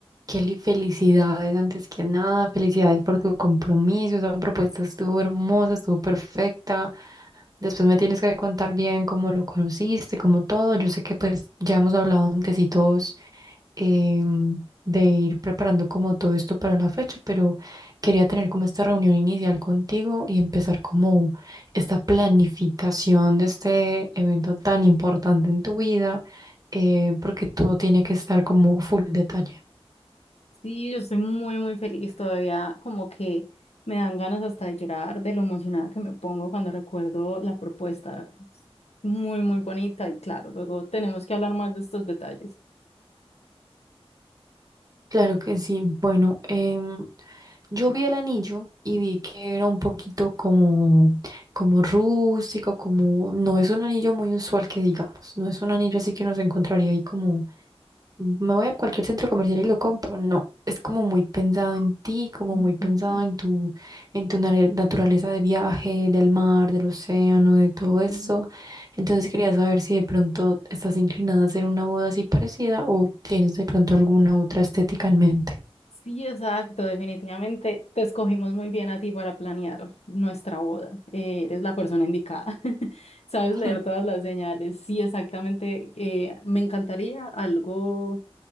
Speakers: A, on the right (about 35°); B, on the left (about 85°).
A: Kelly, felicidades antes que nada, felicidades por tu compromiso, esa propuesta estuvo hermosa, estuvo perfecta. Después me tienes que contar bien cómo lo conociste, cómo todo. Yo sé que pues ya hemos hablado antes y todos em, de ir preparando como todo esto para la fecha, pero quería tener como esta reunión inicial contigo y empezar como esta planificación de este evento tan importante en tu vida, eh, porque todo tiene que estar como full detalle.
B: Sí, yo estoy muy, muy feliz todavía, como que me dan ganas hasta de llorar de lo emocionada que me pongo cuando recuerdo la propuesta. Es Muy, muy bonita y claro, luego tenemos que hablar más de estos detalles.
A: Claro que sí. Bueno, em, yo vi el anillo y vi que era un poquito como, como rústico, como no es un anillo muy usual que digamos, no es un anillo así que uno se encontraría ahí como me voy a cualquier centro comercial y lo compro. No, es como muy pensado en ti, como
B: Ujú,
A: muy pensado en tu, en tu nare- naturaleza de viaje, del mar, del océano, de todo eso.
B: sí.
A: Entonces quería saber si de pronto estás inclinada a hacer una boda así parecida o tienes de pronto alguna otra estética en mente.
B: Sí, exacto, definitivamente te escogimos muy bien a ti para planear nuestra boda. Eh, eres la persona indicada, <laughs> sabes
A: <laughs>
B: leer todas las señales. Sí, exactamente, eh, me encantaría algo.